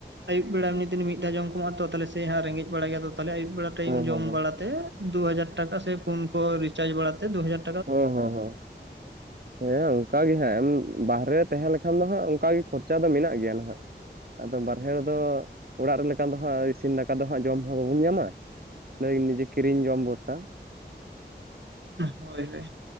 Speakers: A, on the right; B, on the right.
A: ᱟᱹᱭᱩᱵ ᱵᱮᱲᱟ ᱮᱢᱱᱤ ᱫᱤᱱ ᱢᱤᱫ ᱫᱷᱟᱣ ᱡᱚᱢ ᱠᱚ ᱢᱟ ᱛᱚ ᱛᱟᱞᱮ ᱥᱮ ᱦᱟᱸᱜ ᱨᱮᱸᱜᱮᱡ ᱵᱟᱲᱟᱭ ᱜᱮᱭᱟ ᱛᱟᱦᱞᱮ ᱟᱹᱭᱩᱵ ᱵᱮᱲᱟ ᱴᱟᱭᱤᱢ
B: ᱦᱮᱸ ᱦᱮᱸ ᱦᱮᱸ
A: ᱡᱚᱢ ᱵᱟᱲᱟ ᱛᱮᱻ ᱫᱩᱦᱟᱡᱟᱨ ᱴᱟᱠᱟ ᱥᱮ ᱯᱷᱳᱱ ᱠᱚ ᱨᱤᱪᱟᱨᱡᱽ ᱵᱟᱲᱟᱛᱮ ᱫᱩᱦᱟᱡᱟ
B: ᱦᱩᱸ ᱦᱩᱸ ᱦᱩᱸ᱾ ᱦᱮᱸ ᱚᱱᱠᱟ ᱜᱮ ᱦᱟᱸᱜ ᱮᱢ ᱵᱟᱦᱨᱮ ᱛᱟᱦᱮᱸ ᱞᱮᱠᱷᱟᱱ ᱫᱚ ᱦᱟᱸᱜ ᱚᱱᱠᱟᱜ ᱜᱮ ᱠᱷᱚᱨᱪᱟ ᱫᱚ ᱢᱮᱱᱟᱜ ᱜᱮᱭᱟ᱾ ᱟᱫᱚ ᱵᱟᱨᱦᱮ ᱨᱮᱫᱚ ᱚᱲᱟᱜ ᱨᱮ ᱞᱮᱠᱟ ᱫᱚ ᱦᱟᱸᱜ ᱤᱥᱤᱱ ᱫᱟᱠᱟ ᱫᱚ ᱦᱟᱸᱜ ᱡᱚᱢ ᱦᱚᱸ ᱵᱟᱵᱚᱱ ᱧᱟᱢᱟ᱾ ᱥᱟᱹᱭ ᱱᱤᱡᱮ ᱠᱤᱨᱤᱧ ᱡᱚᱢ ᱵᱚᱨᱥᱟ᱾
A: ᱦᱳᱭ ᱦᱳᱭ᱾